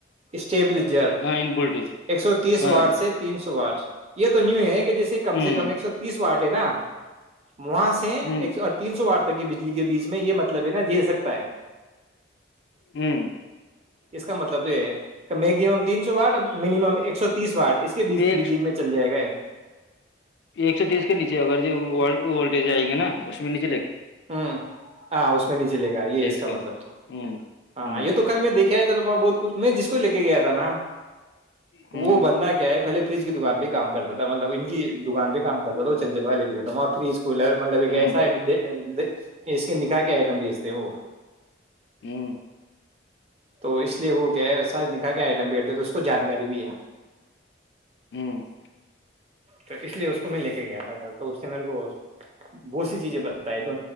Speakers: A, on the right (about 35°); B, on the left (about 60°).
A: ٹیبلزر
B: ہاں ان بلٹ
A: ایک سو تیس
B: ہاں
A: وارڈ سے تین سو وارڈ یہ تو نیو ہے جیے کم
B: ہوں
A: سے کم ایک سو تیس وارٹ ہے نا وہاں سے
B: ہوں
A: ایک سو اور تین سو وار تک کی بجلی کے بیچ میں یہ مطلب ہے نا جھیل سکتا ہے
B: ہوں
A: اس کا مطلب تو یہ ہے میگزم تین سو وارٹ اور منیمم ایک سو تیس وارڈ اس کے بیچ کی
B: ایک
A: بجلی میں چل جائے گا ہے
B: ایک سو تیس کے نیچے اگر جورلڈ وولٹٹیج آئیں گ نا اس میں نیے
A: ہ ہاں اس میں نہیں چلے گا یہ اس کا
B: کو
A: مطلب
B: ہوں
A: تو ہاں
B: ہوں
A: یہ تو کل میں دیکھ کیا تھا توم بہت کچھ میں جس کو ل کے گیا تھا نا
B: ہوں
A: وہ بندہ کیا ہے پہلے فریج کی دکان بھی کام کرتا تھا مطلب ان کی دکان بھی کا کرتا تھا وہ چنچلوا لے کے بھی تھاپ فریج کو کولر مطلب ایک
B: ہوں
A: کہسائڈے اس کے نکاح کے آئٹم بیچتے ہیں وہ
B: ہوں
A: تو اس لیے وہ کیا ہے سارے نکح کے آئٹم بیٹتے تو اس کو جانکاری بھی ہے
B: ہوں
A: تو اس لیے اس کو میں لے کے گیا ھر تو اس نے میرے کو بہت سی چیزیں بتائی تو